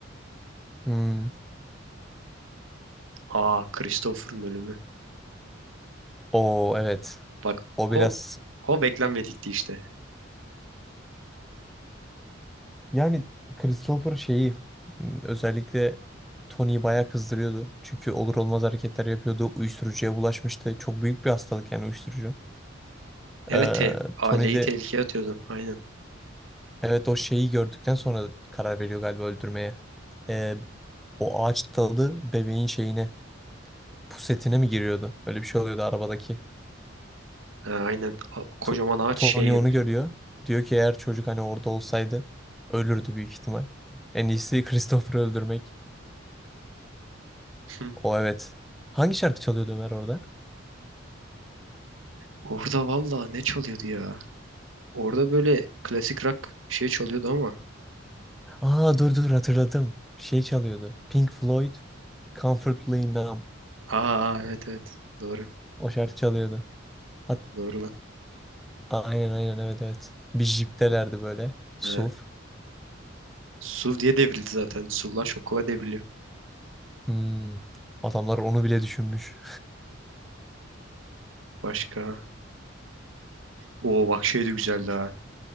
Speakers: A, in the centre; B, on the right.
A: Hmm.
B: Aa, Christopher'ın ölümü.
A: O evet.
B: Bak
A: O
B: o
A: biraz
B: o beklenmedikti işte.
A: yani Christopher şeyi hmm, özellikle Tony'yi bayağı kızdırıyordu. Çünkü olur olmaz hareketler yapıyordu. Uyuşturucuya bulaşmıştı. Çok büyük bir hastalık yani uyuşturucu.
B: Evet,
A: Ee,
B: te aileyi
A: Tony de
B: tehlikeye atıyordu. Aynen.
A: Evet o şeyi gördükten sonra karar veriyor galiba öldürmeye. Ee, o ağaç dalı bebeğin şeyine pusetine mi giriyordu? Böyle bir şey oluyordu arabadaki.
B: Ha, aynen. A- Kocaman
A: Tu-
B: ağaç
A: Tony
B: şeye girmiş.
A: onu görüyor. Diyor ki eğer çocuk hani orada olsaydı ölürdü büyük ihtimal. En iyisi <laughs> Christopher'ı öldürmek.
B: Hı.
A: O evet. Hangi şarkı çalıyordu Ömer orada?
B: Orada valla ne çalıyordu ya? Orada böyle klasik rock bir şey çalıyordu ama.
A: Aa dur dur hatırladım. Şey çalıyordu. Pink Floyd Comfortably Numb.
B: Aa evet evet. Doğru.
A: O şarkı çalıyordu. Hat
B: Doğru lan.
A: Aynen aynen evet evet. Bir jiptelerdi böyle. SUV.
B: Ha. Suv diye devrildi zaten. Suvlar çok kolay devriliyor.
A: Hmm, adamlar onu bile düşünmüş.
B: Başka. Oo bak şey de güzeldi ha.